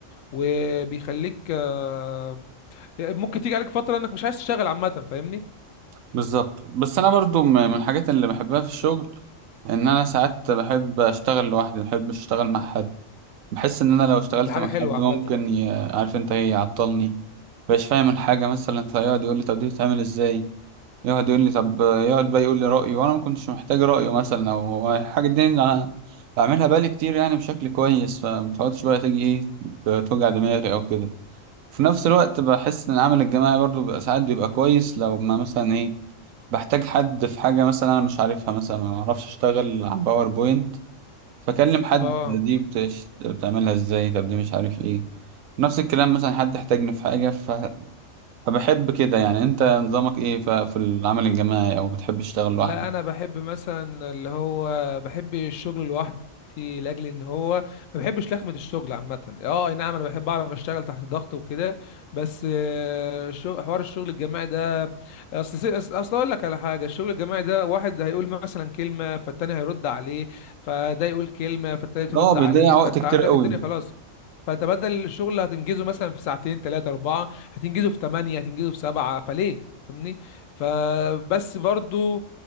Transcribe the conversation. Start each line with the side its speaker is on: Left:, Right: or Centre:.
Left: وبيخليك آه، ممكن تيجي عليك فترة انك مش عايز تشتغل عامة فاهمني
Right: بالظبط بس انا برضو م- من الحاجات اللي بحبها في الشغل ان انا ساعات بحب اشتغل لوحدي ما بحبش اشتغل مع حد بحس ان انا لو اشتغلت
Left: دي حاجة
Right: مع
Left: حلوة
Right: حد
Left: عامة
Right: ممكن ي... عارف انت ايه يعطلني مبقاش فاهم الحاجه مثلا فيقعد يقول لي طب دي بتتعمل ازاي يقعد يقول لي طب يقعد بقى يقول لي رايه وانا ما كنتش محتاج رايه مثلا او الحاجه دي اللي انا بعملها بالي كتير يعني بشكل كويس فمتقعدش بقى تيجي ايه توجع دماغي او كده في نفس الوقت بحس ان العمل الجماعي برضو بيبقى ساعات بيبقى كويس لو ما مثلا ايه بحتاج حد في حاجة مثلا انا مش عارفها مثلا ما اعرفش اشتغل على باوربوينت فاكلم حد
Left: اه
Right: دي بتش... بتعملها ازاي طب دي مش عارف ايه نفس الكلام مثلا حد احتاجني في حاجة ف... فبحب كده يعني انت نظامك ايه ف... في العمل الجماعي او بتحب تشتغل لوحدك
Left: لا انا بحب مثلا اللي هو بحب الشغل لوحدي لاجل ان هو ما بحبش لخمه الشغل عامه اه اي نعم انا بحب اعرف اشتغل تحت ضغط وكده بس آه، شغ- حوار الشغل الجماعي ده اصل سي- أص- اصل اقول لك على حاجه الشغل الجماعي ده واحد هيقول مثلا كلمه فالتاني هيرد عليه فده يقول كلمه فالتالت يرد
Right: اه بيضيع
Left: عليه
Right: وقت
Left: فانت
Right: كتير
Left: عندك
Right: قوي
Left: الدنيا خلاص فانت بدل الشغل اللي هتنجزه مثلا في ساعتين تلاتة أربعة هتنجزه في تمانية هتنجزه في سبعة فليه فاهمني فبس برضو